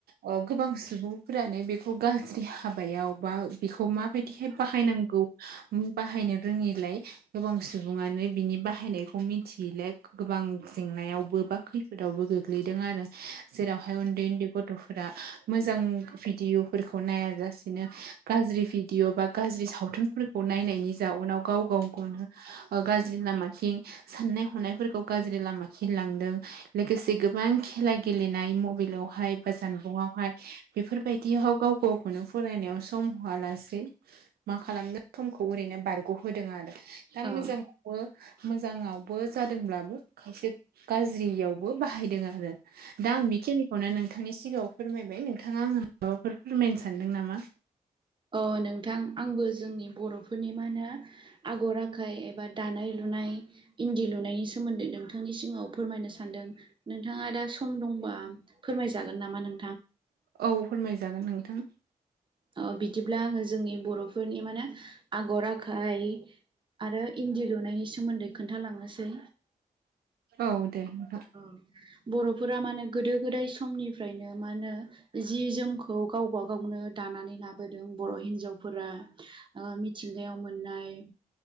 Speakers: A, on the right; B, on the right.
A: ओ गोबां सुबुंफोरानो बेखौ गाज्रि हाबायाव बा बेखौ मा बेदिहाय बाहायनांगौ बाहायनो रोङै गोबां सुबुंङानो बिनि बाहायनायखौ मिथियैलाय गोबां जेंनायावबो बा खैफोदावबो गोग्लैदों आरो जेरावहाय उन्दै उन्दै गथ'फोरा मोजां भिडअफोरखौ नाय जासेनो गाज्रि भिडअ बा गाज्रि सावथुन फोर नायनायनि जाउनाव गाव गाव गावनो गाज्रि लामाथिं साननाय हनाय गाज्रि लामा खेल लांदों लोगोसे गोबां खेला गेलेनाय मबाइलवहाय बाजान हाय बेफोरबायायदि गाव गाव गावखौनो फरायनायाव सम होआलासे मा खालामदों समखौ ओरैनो बारग'होदों आरो दा
B: औ
A: मोजांङावबो मोजाङावबो जादोंब्लाबो खायसे गाज्रियावबो बाहायदों आरो दा आं बेखिनिखौनो नों नोंथांनि सिगांङाव फोरमायबाय नोंथांङा आंङो माबाफोर फोरमायनो सानदों नामा
B: अ नोंथां आंबो जोंनि बर'फोरनि मा होनो आगर आखाय एबा दानाय लुनाय इन्दि लुनायनि सोमोन्दै नोंथांनि सिगांङाव फोरमायनो सानदों नोंथांङा दा सम दंबा फोरमायजागोन नामा नों
A: औ फोरमाय जागोन नोंथां
B: ओ बिदिब्ला आङो जोंनि बर'फोरनि माने आगर आखाय आरो इन्दि लुनायनि सोमोन्दै खोन्थालांनोसै
A: औ दे नोंथां
B: औ बर'फोरा मे गोदो गोदाय समनिफ्रायनो मा होनो जि जोमखौ गावबा गावनो दा बर' हिजावफोरा मिथिंगायाव मोननाय